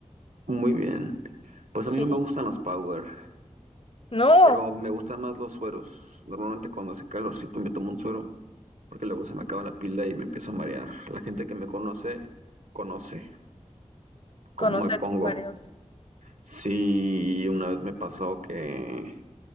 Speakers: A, on the right; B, on the left.
A: Muy bien. Pues
B: sí.
A: a mí no me gustan los power,
B: No,
A: pero me gustan más los sueros. Normalmente cuando hace calorcito me tomo un suero, porque luego se me acaba la pila y me empiezo a marear. La gente que me conoce, conoce cómo
B: conoce
A: me pongo.
B: a tus mareos.
A: Sí, una vez me pasó que